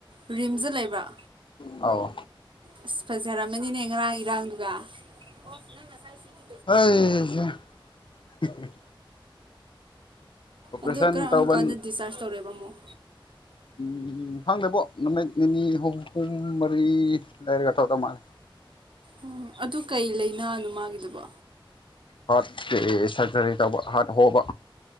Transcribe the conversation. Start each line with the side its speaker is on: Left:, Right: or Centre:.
Right: ꯔꯤꯝꯁꯗ ꯂꯩꯕ
Left: ꯑꯧ
Right: ꯑꯁ ꯐꯖꯔꯝꯃꯅꯤꯅꯦ ꯉꯔꯥꯡ ꯏꯔꯥꯡꯗꯨꯒ ꯑꯣ ꯅꯪ ꯉꯁꯥꯏ ꯁꯤꯒꯤ
Left: ꯍꯩ <unintelligible> ꯑꯣꯄꯔꯦꯁꯟ
Right: ꯑꯗꯨ ꯀꯔꯑꯝ
Left: ꯇꯧꯕ
Right: ꯀꯥꯟꯗ ꯗꯤꯁꯆꯥꯔꯖ ꯇꯧꯔꯦꯕ ꯑꯃꯨꯛ
Left: ꯎꯝ ꯈꯪꯗꯦꯕꯣ ꯅꯨꯃꯤꯠ ꯅꯤꯅꯤ ꯍꯨꯝ ꯍꯨꯝ ꯃꯔꯤ ꯂꯩꯔꯒ ꯇꯧꯗꯧ ꯃꯥꯜꯂꯦ
Right: ꯎꯝ ꯑꯗꯨ ꯀꯩ ꯂꯩꯅꯥꯅꯣ ꯃꯥꯒꯤꯗꯨꯕꯣ
Left: ꯍꯥꯔꯠ ꯀꯦ ꯁꯔꯖꯔꯤ ꯇꯧꯕ ꯍꯥꯔꯠ ꯍꯣꯕ